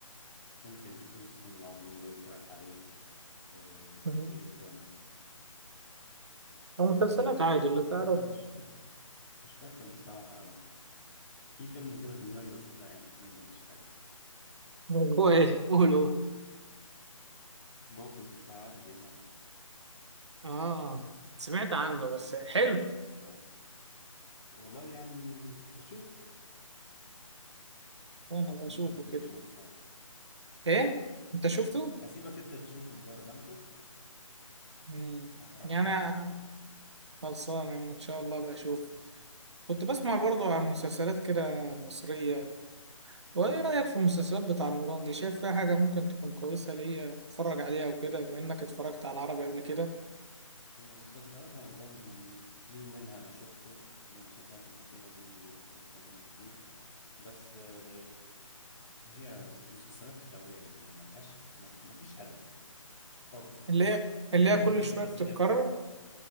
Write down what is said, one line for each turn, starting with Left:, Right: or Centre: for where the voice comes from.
Left: ممكن فول الصين العظيم اللي قلت لك عليه آه
Right: مهم.
Left: في ايه تاني
Right: أو مسلسلات عادي اللي تعرف
Left: آه، مش فاكر مش فاكر بصراحة أوي في فيلم كده في دماغي بس لا يعني الفيلم ده مش حلو
Right: هو ايه قول قول
Left: بوبس بتاع عادل إمام
Right: اه سمعت عنه بس حلو
Left: آه. والله يعني شوف
Right: وانا
Left: أسيبك
Right: بشوفه
Left: أنت
Right: كده
Left: تشوف ده
Right: ايه انت شفته
Left: أسيبك أنت تشوف وتجرب أنا شفته
Right: مم.
Left: ما حرقوش
Right: يعني
Left: عليك
Right: أنا خلصان يعني ان شاء الله بشوفه كنت بسمع برضه عن مسلسلات كده مصرية وايه رأيك في المسلسلات بتاع رمضان دي شايف فيها حاجة ممكن تكون كويسة ليا اتفرج عليها وكده بما انك اتفرجت على العربي قبل كده
Left: هي مسلسلات رمضان يعني في منها أنا شفته من المسلسلات الأخيرة دي شفت منها كتير بس آه، هي مسلسلات خاوية ما- ملهاش ما ما فيش هدف فاضية
Right: اللي هي اللي
Left: كل
Right: هي كل
Left: الفكرة
Right: شوية
Left: بس
Right: بتتكرر
Left: إن هي بت-